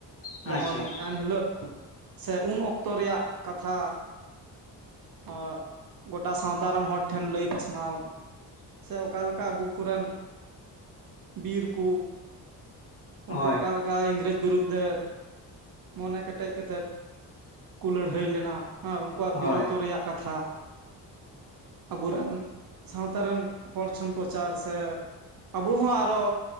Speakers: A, on the left; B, on the right.
A: ᱟᱪᱪᱷᱟ
B: ᱡᱮᱢᱚᱱ ᱮᱱᱦᱤᱞᱚᱜ ᱥᱮ ᱩᱱ ᱚᱠᱛᱚ ᱨᱮᱭᱟᱜ ᱠᱟᱛᱷᱟ ᱟᱸ ᱜᱚᱴᱟ ᱥᱟᱶᱛᱟ ᱨᱮᱱ ᱦᱚᱲ ᱴᱷᱮᱱ ᱞᱟᱹᱭ ᱯᱟᱥᱱᱟᱣ ᱥᱮ ᱚᱠᱟ ᱞᱮᱠᱟ ᱟᱵᱚ ᱠᱚᱨᱮᱱ ᱵᱤᱨ ᱠᱚ ᱩᱱᱠᱩ
A: ᱦᱳᱭ
B: ᱚᱠᱟ ᱞᱮᱠᱟ ᱤᱝᱨᱮᱡᱽ ᱵᱤᱨᱩᱫᱽ ᱨᱮ ᱢᱚᱱᱮ ᱠᱮᱴᱮᱡ ᱠᱟᱛᱮᱫ ᱠᱚ ᱞᱟᱹᱲᱦᱟᱹᱭ ᱞᱮᱱᱟ ᱦᱮᱸ ᱩᱱᱠᱩᱣᱟᱜ
A: ᱦᱳᱭ
B: ᱵᱤᱨᱚᱛᱚ ᱨᱮᱭᱟᱜ ᱠᱟᱛᱷᱟ᱾ ᱟᱵᱚ ᱨᱮᱱ ᱥᱟᱶᱛᱟ ᱨᱮᱱ ᱦᱚᱲ ᱴᱷᱮᱱ ᱯᱨᱚᱪᱟᱨ ᱥᱮ ᱟᱵᱚ ᱦᱚᱸ ᱟᱨᱚ